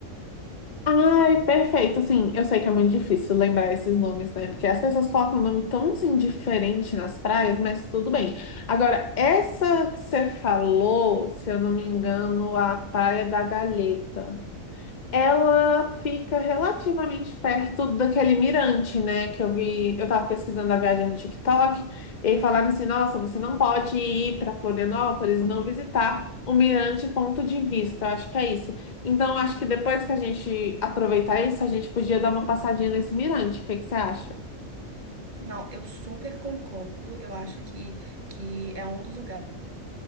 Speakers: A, on the left; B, on the right.
A: Ai, perfeito. Assim, eu sei que é muito difícil lembrar esses nomes, né? Porque as pessoas colocam um nome tão assim diferente nas praias, mas tudo bem. Agora, essa que você falou, se eu não me engano, a Praia da Galheta. Ela fica relativamente perto daquele mirante, né? Que eu vi, eu tava pesquisando a viagem no TikTok, e aí falaram assim: nossa, você não pode ir para Florianópolis e não visitar o mirante ponto de vista. Eu acho que é isso. Então, eu acho que depois que a gente aproveitar isso, a gente podia dar uma passadinha nesse mirante. O que que você acha?
B: Não, eu super concordo. Eu acho que, que é um dos lugares